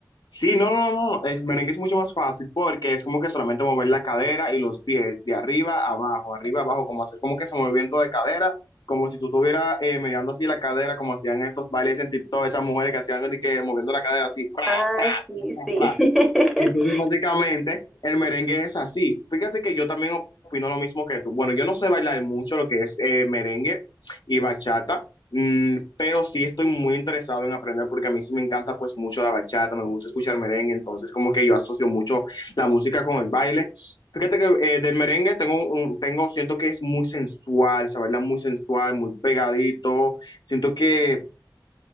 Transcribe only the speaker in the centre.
Ah,
sí,
sí.
<laughs>